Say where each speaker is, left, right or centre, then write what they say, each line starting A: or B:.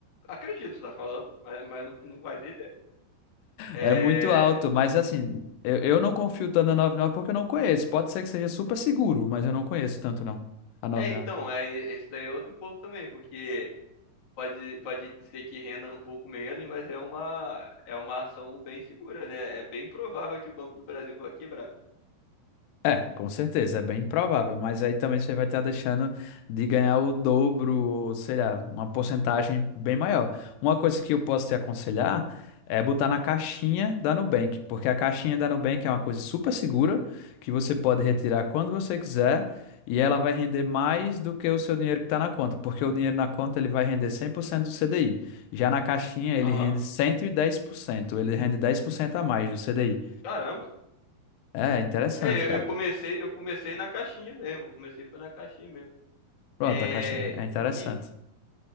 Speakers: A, on the left; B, on the left.
A: acredito que você tá falando, mas, mas não, não faz ideia. É,
B: É muito alto, mas assim, eu, eu não confio tanto na 99 porque eu não conheço. Pode ser que seja super seguro, mas eu não conheço tanto não, a noventa
A: é, então,
B: e nove
A: é, esse daí é outro ponto também, porque pode, pode ser que renda um pouco menos, mas é uma, é uma ação bem segura, né? É bem provável que o Banco do Brasil vá quebrar.
B: É, com certeza, é bem provável, mas aí também você vai estar deixando de ganhar o dobro, ou sei lá, uma porcentagem bem maior. Uma coisa que eu posso te aconselhar é botar na caixinha da Nubank, porque a caixinha da Nubank é uma coisa super segura, que você pode retirar quando você quiser, e ela vai render mais do que o seu dinheiro que está na conta, porque o dinheiro na conta ele vai render 100% do CDI. Já na caixinha ele
A: Aham,
B: rende 110%, ele rende 10% a mais do CDI.
A: caramba.
B: É interessante,
A: É,
B: cara.
A: eu, eu comecei, eu comecei na caixinha mesmo, eu comecei foi na caixinha mesmo.
B: Pronto,
A: É,
B: a caixinha. É interessante.
A: e, e,